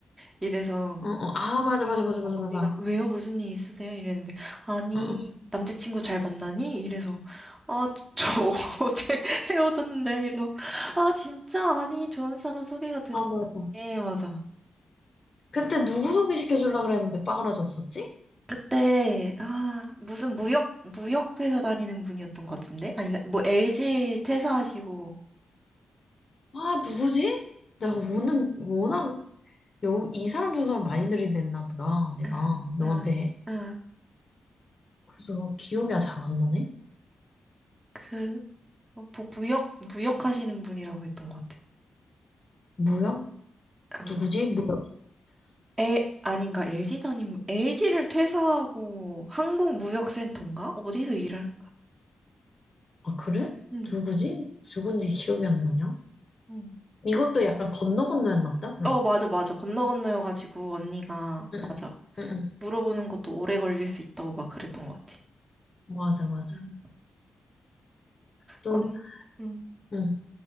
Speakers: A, on the right; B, on the left.
A: 이래서,
B: 어. 아, 맞아, 맞아, 맞아,
A: 어,
B: 맞아,
A: 언니가,
B: 맞아.
A: 왜요? 무슨 일 있으세요? 이랬는데, 아니,
B: 응, 응.
A: 남자친구 잘 만나니? 이래서, 아, 저,
B: 응.
A: 저 <laughs> 어제 헤어졌는데요? 이러고, 아, 진짜? 아니, 좋은 사람 소개가 들어.
B: 아, 맞아.
A: 예, 맞아.
B: 그때 누구 소개시켜주려고 그랬는데 빠그라졌었지?
A: 그때 아 무슨 무역 무역 회사 다니는 분이었던 것 같은데 아니 그러니까 뭐 LG 퇴사하시고
B: 아, 누구지? 내가 워낙, 워낙, 여, 이 사람 저 사람 많이 들이댔나 보다, 내가,
A: 응,
B: 너한테.
A: 응, 응.
B: 그래서 기억이 아 잘안 나네?
A: 그 뭐, 무역 무역 하시는 분이라고 했던 것 같아.
B: 무역?
A: 응.
B: 누구지? 무역.
A: 에 아닌가 LG 다니는 LG를 퇴사하고 한국무역센터인가 어디서 일을?
B: 아, 그래?
A: 응,
B: 누구지? 누군지 기억이 안 나냐?
A: 응.
B: 이것도 약간 건너 건너였나 보다, 그럼.
A: 어 맞아 맞아 건너 건너여가지고 언니가
B: 응,
A: 맞아
B: 응, 응. 응.
A: 물어보는 것도 오래 걸릴 수 있다고 막 그랬던 것 같아.
B: 맞아, 맞아.
A: 응.
B: 또,
A: 언, 응.
B: 응.